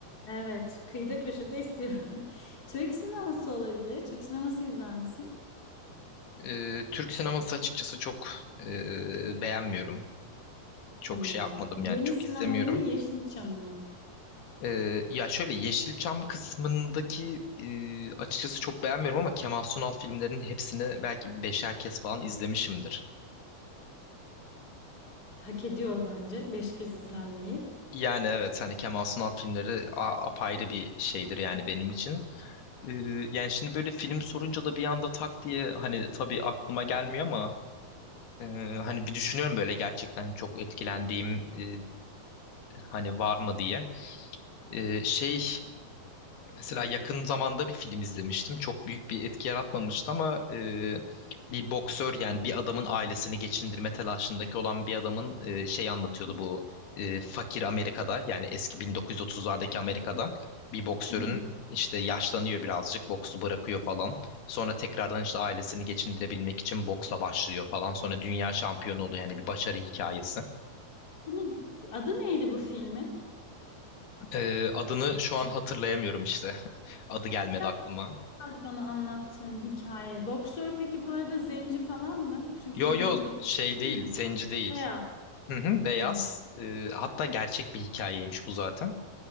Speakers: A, on the left; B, on the left.
A: evet kıyıda köşede istiyorum. <laughs> Türk sineması olabilir. Türk sineması izler misin?
B: Ee, Türk sineması açıkçası çok e, beğenmiyorum. Çok
A: Hmm.
B: şey yapmadım
A: Yeni
B: yani çok
A: sinemayı
B: izlemiyorum.
A: mı Yeşilçam'ı mı?
B: Ee, ya şöyle Yeşilçam kısmındaki e, açıkçası çok beğenmiyorum ama Kemal Sunal filmlerinin hepsini belki beşer kez falan izlemişimdir.
A: Hak ediyor bence. Beş kez izlenmeyi.
B: Yani evet hani Kemal Sunal filmleri a- apayrı bir şeydir yani benim için. Ee, yani şimdi böyle film sorunca da bir anda tak diye hani tabii aklıma gelmiyor ama e, hani bir düşünüyorum böyle gerçekten çok etkilendiğim e, hani var mı diye. Ee, şey mesela yakın zamanda bir film izlemiştim. Çok büyük bir etki yaratmamıştı ama e, bir boksör yani bir adamın ailesini geçindirme telaşındaki olan bir adamın e, şey anlatıyordu bu e, fakir Amerika'da yani eski 1930'lardaki Amerika'da bir boksörün
A: <laughs>
B: işte yaşlanıyor birazcık boksu bırakıyor falan. Sonra tekrardan işte ailesini geçindirebilmek için boksa başlıyor falan. Sonra dünya şampiyonu oluyor yani bir başarı hikayesi.
A: Bunun adı neydi bu filmin?
B: Ee, adını şu an hatırlayamıyorum işte. <laughs> Adı gelmedi
A: Biraz
B: aklıma.
A: kaldı bana anlattığın hikaye. Boksör peki bu arada zenci falan mı? Çünkü
B: Yo
A: 1930
B: yo şey değil,
A: ya.
B: zenci değil.
A: Beyaz.
B: Hı hı, beyaz.
A: Hı. hı.
B: Ee, hatta gerçek bir hikayeymiş bu zaten.